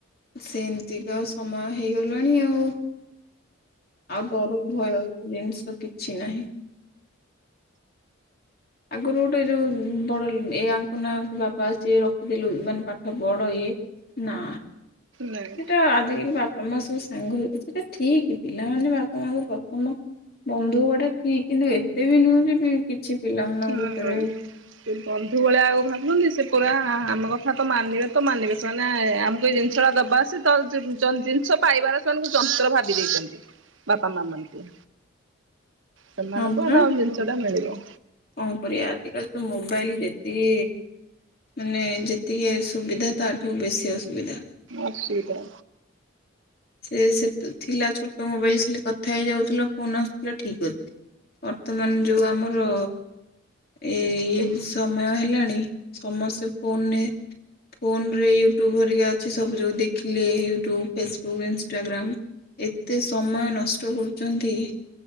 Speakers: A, on the left; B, on the right.
A: ସେମିତିକା ସମୟ ହେଇଗଲାଣି ଆଉ। ଆଉ ଡର ଭୟ ତ ଜିନିଷ କିଛି ନାହିଁ। ଆଗରୁ ଗୋଟେ ଯୋଉ ବଡ଼ ଏ ଆଙ୍କ ନାଙ୍କ ବାପା ସେ ରଖିଥିଲୁ ମାନେ ପାଠ ପଢ଼ ଇଏ ନା
B: ନାଇଁ।
A: ସେଟା ଆଜିକାଲି ବା ତମ ସବୁ ସାଙ୍ଗ <unintelligible> ସେଟା ଠିକ ପିଲାମାନେ ବାପା ମା ସବୁ ପ୍ରଥମ ବନ୍ଧୁହବାଟା ଠିକ ଯେ, ଏତେ ବି ନୁହଁ ଯେ କିଛି ପିଲାମାନଙ୍କ
B: ହଁ
A: ଭିତରେ
B: ହଁ। ସେ ବନ୍ଧୁ ଭଳିଆ ଆଉ ଭାବୁନି, ସେ ପୁରା ଆମର <unintelligible> କଥା ତ ମାନିବେ ତ ମାନିବେ। ସେମାନେ ଆମକୁ ଏଇ ଜିନିଷ ଟା ଦବା ଅଛି ତାପରେ ଜ ଜୁଁନ୍ ଜିନିଷ ପାଇବାରେ ସେମାନଙ୍କୁ ପୁରା ଭାବି ଦେଇଛନ୍ତି, ବାପା ମା ମାନିକି। ସେମାନଙ୍କୁ
A: ହଁ ପରା
B: ହେଟା ଆଉ ଜିନିଷ ଟା ମିଳିବ।
A: କଣ କରିବା, ଆଜିକାଲି ତ ମୋବାଇଲ୍ ଯେତିକି ମାନେ ଯେତିକି ଏ ସୁବିଧା ତାଠୁ ବେଶୀ ଅସୁବିଧା।
B: ଅସୁବିଧା।
A: ସେ ସେତେ ଥିଲା ଛୋଟ ମୋବାଇଲ ଖାଲି କଥା ହେଇଯାଉଥିଲ ଫୋନ ଆସୁଥିଲା ଠିକ ଅଛି। ବର୍ତ୍ତମାନ ଯୋଉ ଆମର ଏଇ
B: ହୁଁ
A: ଜ୍ ସମୟ ହେଲାଣି ସମସ୍ତେ ଫୋନରେ ଫୋନ ରେ ୟୁଟ୍ୟୁବ ହେରିକା ଅଛି। ସବୁୁ ଯୋଉ ଦେଖିଲେ ୟୁଟ୍ୟୁବ, ଫେସ୍ ଇଷ୍ଟାଗ୍ରାମ୍ ଏତେ ସମୟ ନଷ୍ଟ କରୁଛନ୍ତି?